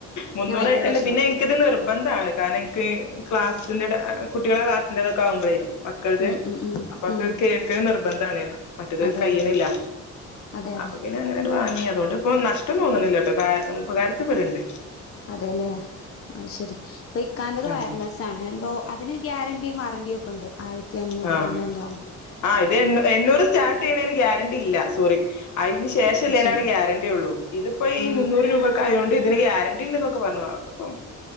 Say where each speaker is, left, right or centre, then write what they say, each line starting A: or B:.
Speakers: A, on the left; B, on the left.
A: മുന്നൂറായിട്ടെന്നെ
B: പിന്നെ ഭയങ്കര വിഷമം
A: പിന്നെ ക്കിത് നിർബന്ധാണ്. കാരണെനിക്ക് ക്ലാസ്സിന്റെ കുട്ടിയളെ ക്ലാസ്സിന്റെതൊക്കെ ആവുമ്പോഴേ മക്കൾത്.
B: ഉം ഉം ഉം
A: അപ്പൊക്കെ
B: ഉം
A: കേൾക്കല് നിർബന് ആണ്. മറ്റെത്
B: അതെ
A: കയ്യ്ണില്ല.
B: അതെ അതെ അതെ
A: അപ്പൊ പിന്നെ അങ്ങനൊരു വാങ്ങി അതോണ്ട് ഇപ്പോം നഷ്ടം തോന്നണില്ലട്ടോ കാരണം ഉപഗാരത്തിപ്പെട്ണ്ട്.
B: അതെല്ലേ. അയ് ശെരി. ഇപ്പ ഇക്കാന്റത് വയർലെസ്സാണ്.
A: അതെ
B: എന്തോ അതിന് ഗ്യാരൻ ണ്ടീ വാറണ്ടിയൊക്കെണ്ട്. ആയിരത്തി അഞ്ഞൂറോ
A: ആഹ്
B: അങ്ങനെ എന്തോ ആണ്.
A: ആഹ് ഇത് എണ്ണൂ എണ്ണൂറ് സ്റ്റാർട്ടേയ്യണേന് ഗ്യാരണ്ടി ഇല്ല സോറി അയ്ന് ശേഷള്ളേനാണ്
B: അത് ശരി
A: ഗ്യാരണ്ടി ഉള്ളൂ. ഇതിപ്പോ ഈ
B: ആ
A: മുന്നൂറ് രൂപയ്ക്കായോണ്ട് ഇതിന് ഗ്യാര ണ്ടിന്നൊക്കെ പർഞ് ആകപ്പം.